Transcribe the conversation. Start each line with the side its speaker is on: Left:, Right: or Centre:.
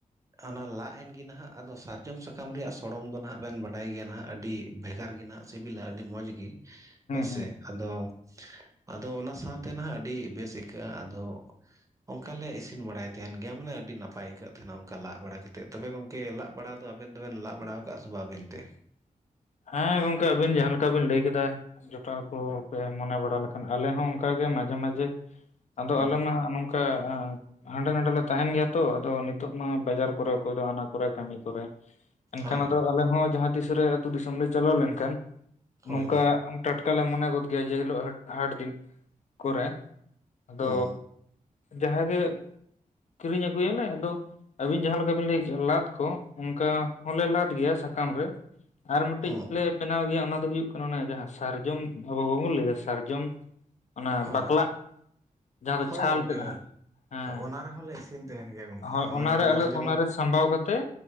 Right: ᱚᱱᱟ ᱞᱟᱫ ᱮᱱ ᱜᱮ ᱱᱟᱦᱟᱜ ᱟᱫᱚ ᱥᱟᱨᱡᱚᱢ ᱥᱟᱠᱟᱢ ᱨᱮᱭᱟᱜ ᱥᱚᱲᱚᱢ ᱫᱚ ᱱᱟᱦᱟᱜ ᱵᱤᱱ ᱵᱟᱰᱟᱭ ᱜᱮᱭᱟ ᱱᱟᱦᱟᱜ ᱟᱹᱰᱤ ᱵᱷᱮᱜᱟᱨ ᱜᱮ ᱱᱟᱦᱟᱜ᱾ ᱥᱤᱵᱤᱞᱟ ᱟᱹᱰᱤ ᱢᱚᱡᱽ ᱜᱮ ᱦᱚᱭ
Left: ᱦᱩᱸ
Right: ᱥᱮ ᱟᱫᱚ ᱟᱫᱚ ᱚᱱᱟ ᱥᱟᱶᱛᱮ ᱱᱟᱦᱟᱸᱜ ᱟᱹᱰᱤ ᱵᱮᱥ ᱟᱹᱭᱠᱟᱹᱜ-ᱟ, ᱟᱫᱚ ᱚᱱᱠᱟ ᱞᱮ ᱤᱥᱤᱱ ᱵᱟᱲᱟᱭ ᱛᱟᱦᱮᱱ ᱜᱮᱭᱟ ᱢᱟᱱᱮ ᱟᱹᱰᱤᱰᱤ ᱱᱟᱯᱟᱭ ᱟᱹᱭᱟᱹᱜ ᱛᱟᱦᱮᱱᱟ ᱚᱱᱠᱟ ᱞᱟᱜ ᱵᱟᱲᱟ ᱠᱟᱛᱮᱫ ᱛᱚᱵᱮ ᱜᱚᱝᱠ ᱠᱮ ᱞᱟᱜ ᱵᱟᱲᱟ ᱫᱚ ᱟᱵᱮᱱ ᱫᱚᱵᱮᱱ ᱞᱟᱜ ᱵᱟᱲᱟ ᱟᱠᱟᱫᱼᱟ ᱥᱮ‌ ᱵᱟ ᱟᱵ‌ᱮᱱ ᱛᱮ?
Left: ᱦᱮᱸ ᱜᱚᱝᱠᱮ ᱟᱵᱤᱱ ᱡᱟᱦᱟᱸ ᱞᱮᱠᱟ ᱵᱤᱱ ᱞᱟᱹᱭ ᱠᱮᱫᱟ ᱡᱚᱴᱟᱣ ᱠᱚ ᱦᱟᱯᱮ ᱢᱚᱱᱮ ᱵᱟᱲᱟ ᱞᱮᱠᱷᱟᱱ᱾ ᱟᱞᱮ ᱦᱚᱸ ᱚᱱᱠᱟᱜᱮ ᱢᱟᱡᱷᱮ ᱢᱟᱡᱷᱮ ᱟᱫᱚ
Right: ᱦᱩᱸ
Left: ᱟᱞᱮ ᱢᱟ ᱱᱚᱝᱠᱟ ᱟ ᱦᱟᱸᱰᱮ ᱱᱟᱰᱮ ᱞᱮ ᱛᱟᱦᱮᱱ ᱜᱮᱭᱟ ᱛᱚ ᱟᱫᱚ ᱱᱤᱛᱚᱜ ᱢᱟ ᱵᱟᱡᱟᱨ ᱠᱚᱨᱮ ᱚᱠᱚᱭ ᱫᱚ ᱦᱟᱱᱟ ᱠᱚᱨᱮ ᱠᱟᱹᱢᱤ ᱠᱚᱨᱮ᱾ ᱮᱱᱠᱷᱟᱱ
Right: ᱦᱳᱭ
Left: ᱟᱫᱚ
Right: ᱦᱳᱭ
Left: ᱟᱞᱮ ᱦᱚᱸ ᱡᱟᱦᱟ ᱛᱤᱥᱨᱮ ᱟᱹᱛᱩ ᱫᱤᱥᱚᱢ ᱞᱮ ᱪᱟᱞᱟᱣ ᱞᱮᱱᱠᱷᱟᱱ
Right: ᱦᱳᱭ
Left: ᱱᱚᱝᱠᱟ
Right: ᱦᱳᱭ
Left: ᱴᱟᱴᱠᱟ ᱞᱮ ᱢᱚᱱᱮ ᱜᱚᱫ ᱜᱮᱭᱟ ᱡᱮ ᱦᱤᱞᱳᱜ ᱦᱟᱹᱴ ᱦᱟᱴ ᱫᱤᱱ ᱠᱚᱨᱮ ᱟᱫᱚ
Right: ᱦᱩᱸ
Left: ᱡᱟᱦᱟᱸᱜᱮ ᱠᱤᱨᱤᱧ ᱟᱹᱜᱩᱭᱟᱞᱮ ᱟᱫᱚ ᱟᱹᱵᱤᱱ ᱡᱟᱦᱟᱸ ᱞᱮᱠᱟ ᱵᱤᱱ ᱞᱟᱹᱭ ᱠᱮᱜ-ᱟ ᱞᱟᱫ ᱠᱚ ᱚᱱᱠᱟ ᱦᱚᱸᱞᱮ ᱞᱟᱫᱽ ᱜᱮᱭᱟ ᱥᱟᱠᱟᱢ ᱨᱮ᱾ ᱟᱨ ᱢᱤᱫᱴᱤᱡ
Right: ᱦᱩᱸ
Left: ᱞᱮ ᱵᱮᱱᱟᱣ ᱜᱮᱭᱟ ᱚᱱᱟ ᱫᱚ ᱦᱩᱭᱳᱜ ᱠᱟᱱᱟ ᱚᱱᱮ ᱡᱟᱦᱟᱸ ᱥᱟᱨᱡᱚᱢ ᱟᱵᱚ ᱵᱟᱵᱚᱱ ᱞᱟᱹᱭᱟᱫᱟ ᱥᱟᱨᱡᱚᱢ᱾ ᱚᱱᱟ
Right: ᱦᱳᱭ
Left: ᱵᱟᱠᱞᱟᱜ ᱡᱟᱦᱟᱸ ᱫᱚ
Right: ᱦᱳᱭ
Left: ᱪᱷᱟᱞ
Right: ᱜᱚᱝᱠᱮ
Left: ᱛᱮ ᱱᱟᱦᱟᱜ᱾
Right: ᱦᱳᱭ
Left: ᱦᱮᱸ
Right: ᱚᱱᱟ ᱨᱮᱦᱚᱸ ᱞᱮ ᱤᱥᱤᱱ ᱛᱟᱦᱮᱱ ᱜᱮᱭᱟ ᱜᱚᱝᱠᱮ
Left: ᱦᱳᱭ ᱚᱱᱟ
Right: ᱫᱚ
Left: ᱨᱮ
Right: ᱱᱟᱦᱟᱜ
Left: ᱟᱞᱮ
Right: ᱡᱮᱢᱚᱱ
Left: ᱚᱱᱟᱨᱮ ᱥᱟᱢᱵᱟᱣ ᱠᱟᱛᱮ